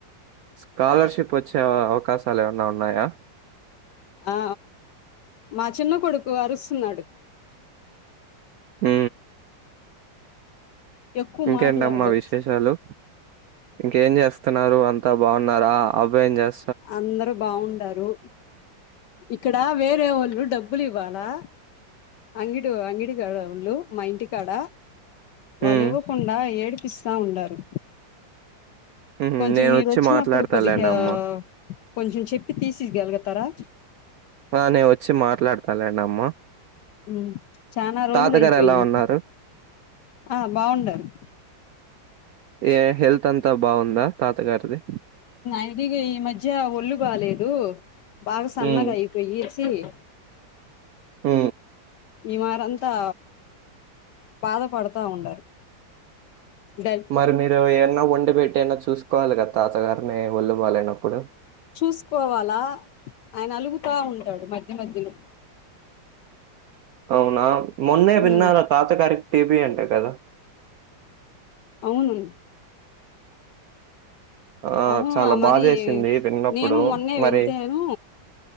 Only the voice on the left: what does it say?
ఆ మా చిన్న కొడుకు అరుస్తున్నాడు
ఎక్కువ
మాట్లాడు
అందరు బాగుండారు ఇక్కడ వేరే వాళ్ళు డబ్బులు ఇవ్వాలా అంగిడు అంగిడు కాడ ఉళ్ళు మా ఇంటికాడ
వాళ్ళు ఇవ్వకుండా ఏడిపిస్తా ఉండారు
కొంచెం
మీరు వచ్చినప్పుడు
కొద్దిగా
కొంచెం చెప్పి తీసియగలుగుతారా
ఉ చనా రోజులు
అయిపోయింది
ఆ బాగుండారు
ఐది ఈ మధ్య ఒళ్ళు బాలేదు బాగా సన్నగా
అయిపోయి వ
ఈ మారంతా బాధపడతా ఉండారు డై
చూసుకోవాలా ఆయన అలుగు తా ఉంటాడు మధ్య మధ్యలో
ఉమ్
అవును
అవును
మరి
నేను మొన్నే
వెళ్తేను